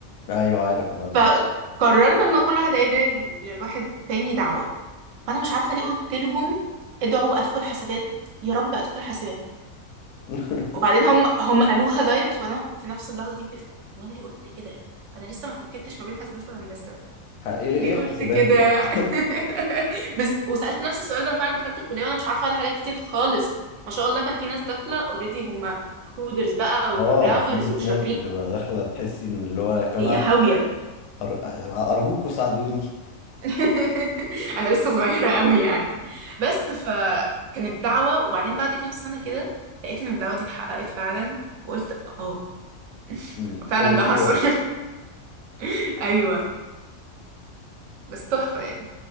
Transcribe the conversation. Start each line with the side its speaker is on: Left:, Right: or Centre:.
Left: أيوه عارف أنا الموضوع
Right: فقررنا إن كل واحد هيدعي ل- لواحد تاني دعوة فأنا مش عارفة ليه قلت لهم ادعوا أدخل حسابات يا رب أدخل حسابات
Left: <laughs>
Right: وبعدين هم هم قالوها دايركت وأنا في نفس اللحظة دي وقفت وأنا ليه قلت كده انا لسه ما اتاكدتش ما بين حسابات وهندسه
Left: ح- إيه
Right: ليه
Left: إيه
Right: قلت
Left: حاسبات
Right: كده
Left: دي أصلا
Right: <laughs> بس وسألت نفسي السؤال ده انا فعلا دخلت الكلية وانا مش عارفة على حاجات كتير خالص ما شاء الله كان في ناس داخلة اوريدي هم كودرز بقى
Left: <laughs>
Right: وبروجرامرز
Left: آه في
Right: وشاطرين
Left: في ناس بتبقى داخلة تحسي إن اللي هو يا جماعة
Right: هي هاوية
Left: أر- أرجوكوا ساعدوني
Right: <laughs> انا لسه صغيرة قوي يعني بس فكانت دعوة وبعدين بعد كام سنة كده لقيت ان الدعوة دي اتحققت فعلا وقلت اه <laughs>
Left: أمم،
Right: فعلا
Left: هو
Right: ده
Left: هو
Right: حصل
Left: ده
Right: <laughs> ايوه بس تحفة يعني